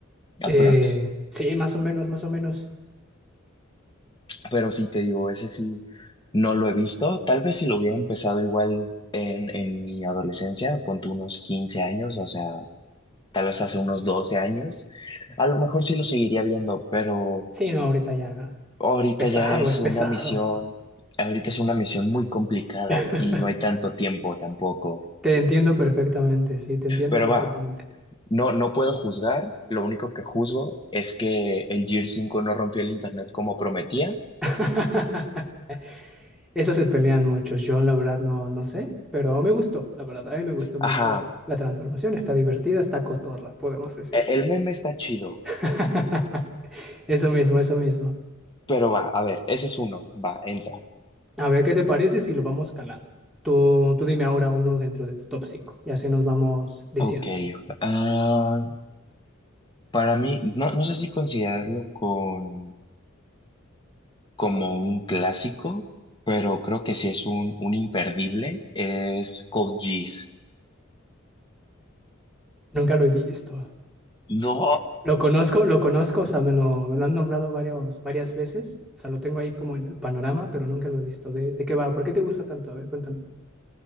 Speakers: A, on the left; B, in the centre.
A: aprox.
B: Eh, sí, más o menos, más o menos.
A: Pero sí, te digo, ese sí no lo he visto. Tal vez si lo hubiera empezado igual en, en mi adolescencia, ponte unos 15 años, o sea, tal vez hace unos 12 años, a lo mejor sí lo seguiría viendo, pero
B: Sí, no, ahorita ya
A: ahorita
B: es pesado,
A: ya es
B: es pesado.
A: una misión, ahorita es una misión muy complicada
B: <laughs>
A: y no hay tanto tiempo tampoco.
B: Te entiendo perfectamente, sí, te entiendo
A: Pero
B: perfectamente.
A: va, no, no puedo juzgar, lo único que juzgo es que el Gear 5 no rompió el internet como prometía.
B: <laughs> Eso se pelean muchos. Yo la verdad no, no sé, pero me gustó, la verdad. A mí me gustó mucho
A: Ajá,
B: la transformación. Está divertida, está cotorra, podemos decir.
A: e- el meme está chido,
B: <laughs> Eso mismo, eso mismo.
A: Pero va, a ver, ese es uno. Va, entra.
B: A ver qué te parece si lo vamos calando. Tú, tú dime ahora uno dentro de tu top 5 y así nos vamos diciendo.
A: Ok. ah, para mí, no, no sé si considerarlo con, como un clásico, pero creo que sí es un, un imperdible. Es Code Geass.
B: Nunca lo he visto.
A: ¡No!
B: Lo conozco, lo conozco, o sea, me lo, me lo han nombrado varios, varias veces. O sea, lo tengo ahí como en el panorama, pero nunca lo he visto. ¿De, de qué va? ¿Por qué te gusta tanto? A ver, cuéntame.